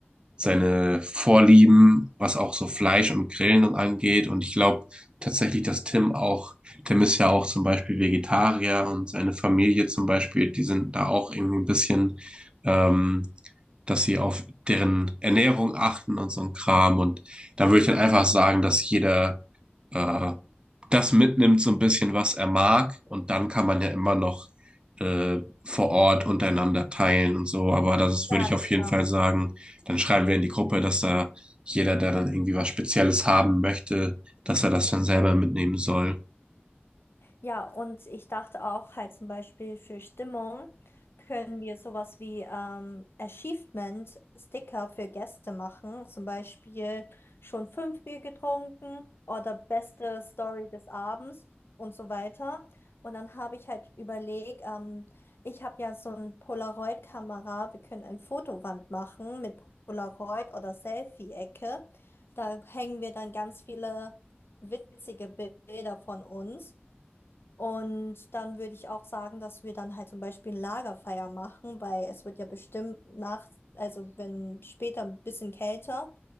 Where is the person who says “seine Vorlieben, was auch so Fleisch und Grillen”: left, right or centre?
Right